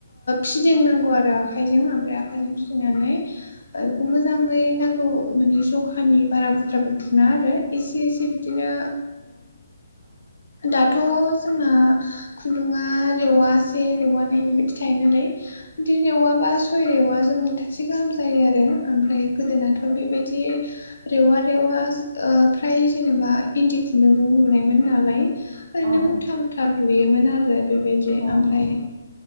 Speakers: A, on the left; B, on the right.
A: फिदिंनांगौ आरो आखायजों ओमफ्राय आखाइजों फिदिंनानै बेखौ मोजां मोजाङै नांगौ माने जखानि बारा बुद्रा बुथुना आरो एसे एसे बिदिनो
B: औ
A: दाथ' जोंना खुन्दुङा रेवासे रेवानै बेबायदि थायो नालाय बिदि एवाबा सय एवा जों थाइसे गाहाम जायो आरो ओमफ्राय गोदोनाथ' बेबायदि रेवा रेवा फ्राय जेनेबा इन्दि खुन्दुंजों लुनायमोन नालाय ओरैनो
B: औ
A: मुथा मुथा लुयोमोन आरो बेबायदि
B: औ
A: ओमफ्राय
B: नंगौ